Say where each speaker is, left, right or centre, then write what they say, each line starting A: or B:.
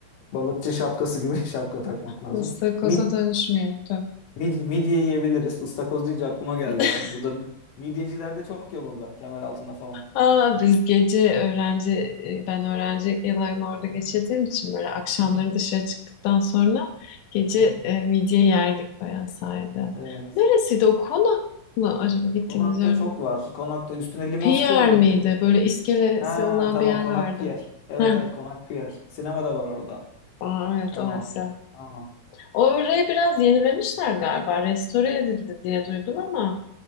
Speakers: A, on the left; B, on the left.
A: balıkçı şapkası gibi <laughs> şapka takmak lazım.
B: ıstakoza
A: Mid,
B: dönüşmeyelim tabii.
A: mid, midye yiyebiliriz. Istakoz deyince aklıma geldi
B: <laughs>
A: şimdi. Burada midyeciler de çok ya burada Kemeraltı'nda falan.
B: Aa, biz gece öğrenci e, ben öğrencilik yıllarımı orada geçirdiğim
A: Hı
B: için böyle akşamları
A: hı.
B: dışarı çıktıktan sonra gece
A: Hı hı.
B: e, midye yerdik bayağı sahilde.
A: Evet.
B: Neresiydi o konak mı acaba gittiğimiz
A: Konak'ta
B: yer?
A: çok var. Konak'ta üstüne limon
B: Pier
A: sıkıyor muydun
B: miydi?
A: şöyle?
B: Böyle iskelesi
A: Ha
B: olan
A: tamam
B: bir yer
A: Konak
B: vardı.
A: Pier. Evet
B: Heh.
A: evet Konak Pier. Sinema da var orada.
B: Aa, evet
A: Tamam.
B: orası.
A: Tamam.
B: Orayı biraz yenilemişler galiba. Restore edildi diye duydum ama